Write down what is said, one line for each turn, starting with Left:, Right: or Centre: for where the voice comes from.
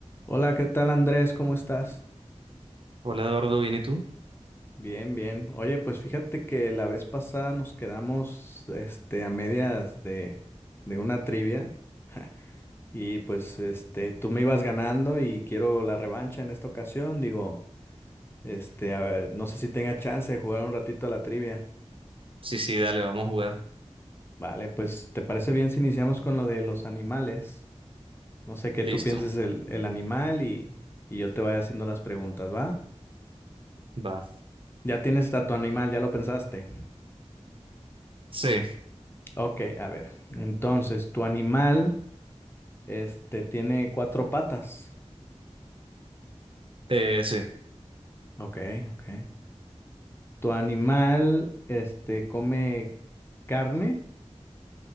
Left: Hola, ¿qué tal Andrés? ¿Cómo estás?
Right: Hola Eduardo, ¿bien y tú?
Left: Bien, bien. Oye, pues fíjate que la vez pasada nos quedamos, este, a medias de, de una trivia <laughs> y pues, este, tú me ibas ganando y quiero la revancha en esta ocasión. Digo, este, a ver, no sé si tenga chance de jugar un ratito a la trivia.
Right: Sí, sí, dale, vamos a jugar.
Left: Vale, pues, ¿te parece bien si iniciamos con lo de los animales? No sé qué
Right: Listo,
Left: tú pienses el, el animal y, y yo te vaya haciendo las preguntas, ¿va?
Right: va.
Left: Ya tienes a tu animal, ya lo pensaste.
Right: Sí,
Left: Ok, a ver. Entonces, tu animal, este, tiene cuatro patas.
Right: eh, sí.
Left: Ok, ok. Tu animal, este, come carne,